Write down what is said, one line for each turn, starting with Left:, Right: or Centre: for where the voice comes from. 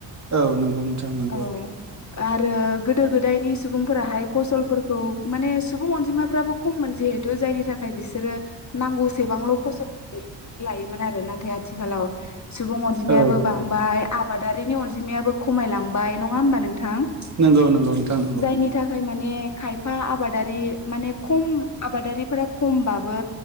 Right: औ नंगौ नोंथां नंगौ।
Left: औ आरो गोदो गोदायनि सुबुंफोराहाय फसलफोरखौ माने सुबुं अनजिमाफ्राबो खम मोन जिहेथु जायनि थाखाय बिसोरो नांगौसेबांल' फसलखौ दिहुननानै लायोमोन आरो नाथाय आथिखालाव सुबुं अनजिमायाबो
Right: औ
Left: बांबाय आबादारिनि अनजिमायाबो खमायलांबाय नङा होमबा नोंथां?
Right: नंगौ नंगौ नोंथां नंगौ
Left: जायनि थाखाय माने खायफा आबादारि माने खम आबादारिफोरा खमबाबो